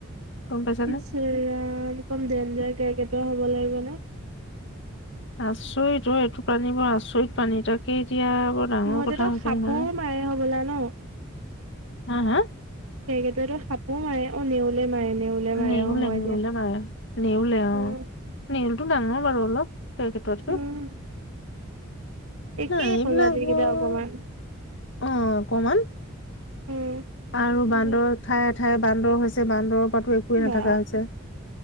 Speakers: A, on the left; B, on the right.
A: গম পাইছানে?
B: পিছে, ৰাম কম ডেঞ্জাৰ কেৰ্কেটুৱা হ'ব লাগিব নে।
A: আচৰিত। অ, এইটো প্ৰানী বৰ আচৰিত পানী। তাকেই এতিয়া বৰ ডাঙৰ
B: সিহঁতেতো
A: কথা হৈছে
B: সাপো
A: নহয়।
B: মাৰে হ'বলা ন?
A: হা হা?
B: কেৰ্কেটুৱাটো সাপো মাৰে। অ নেওলে মাৰে নেউলে মাৰে
A: নেউলে
B: অ', হয়
A: -নেউলে
B: দিয়া।
A: মাৰে, নেউলে অ।
B: উম,
A: নেউলটো ডাঙৰ বাৰু অলপ। কেৰ্কেটুৱাতকে।
B: উম, একেই
A: নাই এইবিলাক
B: প্ৰজাতিৰ
A: বৰ,
B: কেইটা অকমান।
A: অ অকমান
B: উম
A: আৰু বান্দৰ
B: উম
A: ঠায়ে ঠায়ে বান্দৰ হৈছে বান্দৰৰ পৰাটো একোৱেই নাথাকা
B: বা
A: হৈছে।